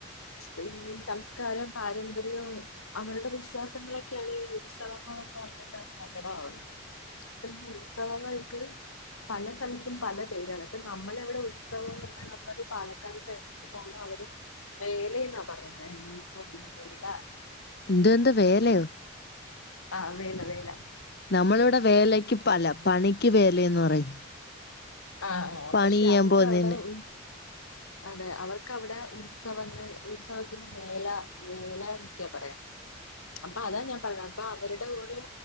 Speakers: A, on the left; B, on the left.
A: സ്ത്രീ സംസ്കാരം പാരമ്പര്യവും അവര്ടെ വിശ്വാസങ്ങളൊക്കെയാണ് ഈ ഉത്സവങ്ങ ൾ പറഞ്ഞിട്ട പ്രകടമാവുന്നത് ഇപ്പൊ ഈ ഉത്സവങ്ങൾ ക്ക് പല സ്ഥലത്തും പല പേരാണ് അപ്പ നമ്മളവിടെ ഉത്സവം പറഞ്ഞാൽ നമ്മള ഒരു പാലക്കാട് സൈഡിലൊക്കെ പോകുമ്പോൾ അവര് വേല എന്നാ പറയുന്നേ ഉത്സവവേല
B: എന്ത് എന്ത് വേലയോ
A: ആഹ് വേല വേല
B: നമ്മളിവിടെ വേലക്ക് പല പണിക്ക് വേലയന്ന് പറയും
A: ആഹ ആ
B: പണി
A: പക്ഷെ
B: ചെയ്യാൻ
A: അവർക്ക്
B: പോവുന്നേന്
A: അവിടെ ഉ അതെ അവർക്ക് അവിടെ ഉത്സവങ്ങൾ ഉത്സവത്തിന് വേല വേല എന്നൊക്കെയാ പറയാ അപ്പൊ അതാ ഞാൻ പറഞ്ഞ അപ്പൊ അവരുടെ ഓരോ